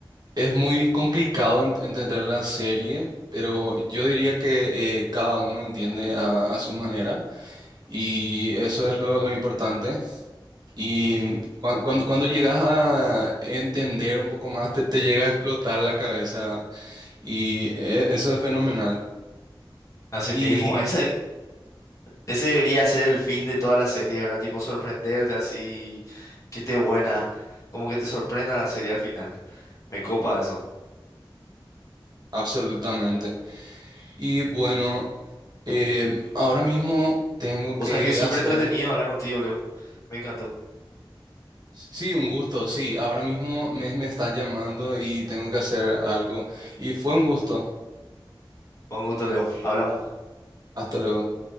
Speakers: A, on the right; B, on the left.
A: es muy complicado ent- entender la serie, pero yo diría que eh, cada uno entiende a a su manera. Y eso es lo, lo importante. Y
B: <laughs> Ujú.
A: cuan- cuando, cuando, llegas a entender un poco más, te, te llega a explotar la cabeza y e- eso es fenomenal.
B: Así
A: Y
B: mismo, esa, Ese debería ser el fin de todas las series, ¿verdad? Tipo sorprenderte así, que esté buena, como que te sorprenda la serie al final. Me copa eso.
A: absolutamente. Y bueno, eh, ahora mismo tengo
B: Vos
A: que
B: sabés que es súper
A: hacer,
B: entretenido hablar contigo, Leo. Me encantó.
A: sí, un gusto, sí, ahora mismo me, me están llamando y tengo que hacer algo. Y fue un gusto.
B: Con gusto, Leo. Hablamos.
A: Hasta luego.